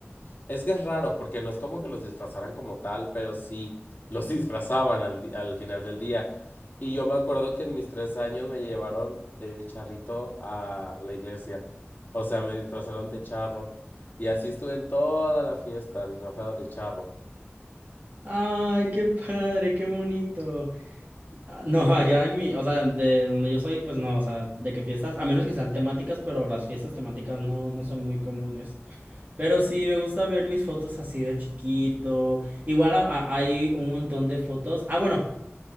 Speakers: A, on the left; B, on the right.
A: Es que es raro, porque no es como que los disfrazaran como tal, pero sí los <laughs> disfrazaban al, di- al final del día. Y yo me acuerdo que en mis tres años me llevaron de charrito a la iglesia. O sea, me disfrazaron de charro. Y así estuve en toda la fiesta, disfrazado de charro.
B: Ay, qué padre, qué bonito. Ah, No, allá en mi, o sea, de donde yo soy, pues no, o sea, de que fiestas, a menos que sean temáticas, pero las fiestas temáticas no, no son muy comunes. Pero sí, me gusta ver mis fotos así de chiquito. Igual a- a- hay un montón de fotos. Ah, bueno,